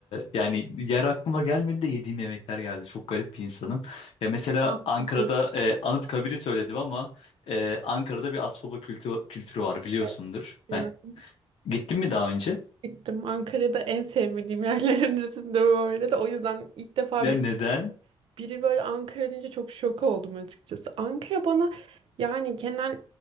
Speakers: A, on the left; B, on the right.
A: yani yer aklıma gelmedi de yediğim yemekler geldi. Çok garip bir insanım. Ya mesela
B: Ben
A: Ankara'da
B: biliyorum,
A: e, Anıtkabir'i söyledim ama e, Ankara'da bir Asfoba kültü, kültürü var biliyorsundur.
B: evet, biliyorum.
A: Ben gittim mi daha önce?
B: Gittim Ankara'da en sevmediğim yerlerin arasında bu arada. O yüzden ilk defa
A: Ya
B: bir
A: neden?
B: Biri böyle Ankara deyince çok şok oldum açıkçası. Ankara bana yani genel